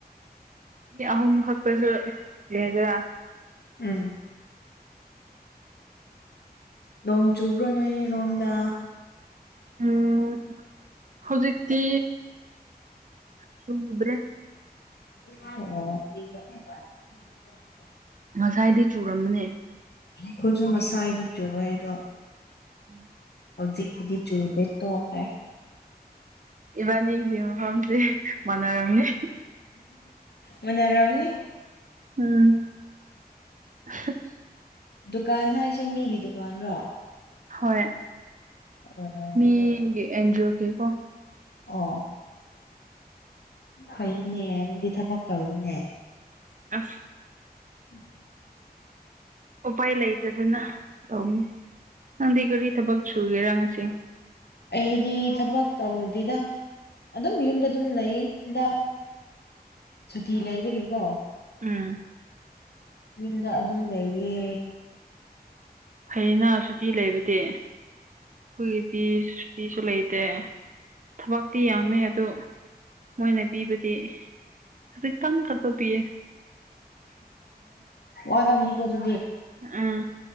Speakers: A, on the right (about 50°); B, on the left (about 85°).
A: ꯃꯤ ꯑꯍꯨꯝ ꯈꯛꯇꯁꯨ ꯂꯩꯖꯔꯥ
B: ꯎꯝ ꯅꯣꯡ ꯆꯨꯕ꯭ꯔꯣ ꯅꯣꯏ ꯔꯣꯝꯗꯥ
A: ꯎꯝ ꯍꯧꯖꯤꯛꯇꯤ ꯆꯨꯗ꯭ꯔꯦ
B: ꯑ <unintelligible> <inaudible>
A: ꯉꯁꯥꯏꯗꯤ ꯆꯨꯔꯝꯕꯅꯦ
B: ꯑꯩꯈꯣꯏꯁꯨ ꯃꯁꯥꯏ ꯑꯩꯗꯤ ꯆꯨꯑꯦ ꯑꯗꯣ
A: ꯎꯝ <unintelligible> <inaudible>
B: ꯍꯧꯖꯤꯛ ꯀꯗꯤ ꯆꯨꯔꯗ ꯇꯣ ꯍꯥꯏ
A: ꯏꯕꯥꯅꯤ ꯍꯐꯝꯝꯁꯤ ꯃꯅꯣꯔꯝꯅꯤ
B: ꯃꯅꯔꯝꯅꯤ
A: ꯎꯝ <unintelligible> <inaudible>
B: ꯗꯨꯀꯥꯟ ꯍꯥꯏꯔꯤꯁꯦ ꯃꯤꯒꯤ ꯗꯨꯀꯥꯟꯔꯣ
A: ꯍꯣꯏ
B: ꯑꯣ
A: ꯃꯤ ꯑꯦꯟꯖꯤ ꯑꯣ ꯀꯦ ꯀꯣ
B: ꯑꯣ ꯐꯩꯅꯦ ꯅꯪꯗꯤ ꯊꯕꯛ ꯇꯧꯔꯤꯅꯦ
A: ꯑꯁ
B: ꯎꯝ
A: ꯎꯄꯥꯏ ꯂꯩꯇꯗꯅ ꯇꯧꯅꯤ ꯅꯪꯗꯤ ꯀꯔꯤ ꯊꯕꯛ ꯁꯨꯒꯦꯔꯪ ꯉꯁꯤ
B: ꯑꯩꯗꯤ ꯊꯕꯛ ꯇꯧꯗꯗ ꯑꯗꯨꯝ ꯌꯨꯝꯗ ꯑꯗꯨꯝ ꯂꯩ ꯍꯟꯗꯥꯛ ꯁꯨꯇꯤ ꯂꯩꯕꯒꯤꯀꯣ
A: ꯎꯝ <unintelligible> <inaudible>
B: ꯌꯨꯝꯗ ꯑꯗꯨꯝ ꯂꯩꯌꯦ
A: ꯐꯩꯅ ꯁꯨꯇꯤ ꯂꯩꯕꯗꯤ ꯍꯣꯏꯒꯤꯗꯤꯇꯁꯨ ꯂꯩꯇꯦ ꯊꯕꯛꯇꯤ ꯌꯥꯝꯃꯦ ꯑꯗꯨ ꯃꯣꯏꯅ ꯄꯤꯕꯗꯤ ꯍꯧꯖꯤ ꯀꯪ ꯀꯛꯄ ꯄꯤꯌꯦ
B: ꯑꯣ ꯑꯔꯝꯅꯤ ꯀꯗꯦ
A: ꯑꯥ